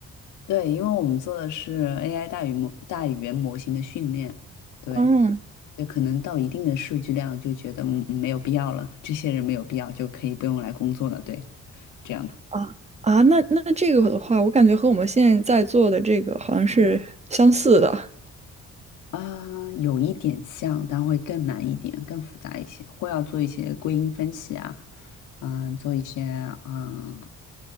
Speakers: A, on the left; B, on the right.
A: 对，因为我们做的是 AI 大语模大语言模型的训练，对，
B: 嗯，
A: 对，可能到一定的数据量就觉得嗯没有必要了，这些人没有必要就可以不用来工作了，对，这样子
B: 啊啊，那那这个的话，我感觉和我们现在在做的这个好像是相似的。
A: 啊，有一点像，但会更难一点，更复杂一些，会要做一些归因分析啊，嗯，做一些嗯